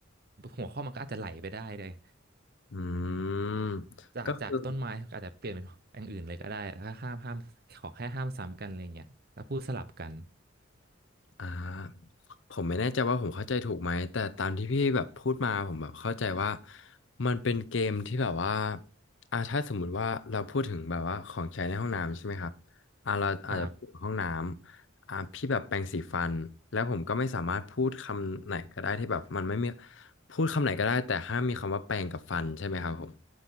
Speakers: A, on the right; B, on the left.
A: หัวข้อมันก็อาจจะไหลไปได้เลย
B: อืม
A: จากจากต้นไม้ก็อาจจะเปลี่ยนเป็นอย่างอื่นเลยก็ได้ห้ามห้ามขอแค่ห้ามซ้ำกันอะไรเงี้ยแล้วพูดสลับกัน
B: ก็คือ อ่าผมไม่แน่ใจว่าผมเข้าใจถูกไหมแต่ตามที่พี่แบบพูดมาผมแบบเข้าใจว่ามันเป็นเกมที่แบบว่าอ่าถ้าสมมุติว่าเราพูดถึงแบบว่าของใช้ในห้องน้ำใช่ไหมครับอ่าเราอาจจะพูดถึงห้องน้ำอ่าพี่แบบแปรงสีฟันแล้วผมก็ไม่สามารถพูดคำไหนก็ได้ที่แบบมันไม่มี
A: ครับ
B: พูดคำไหนก็ได้แต่ห้ามมีคำว่าแปรงกับฟันใช่ไหมครับผม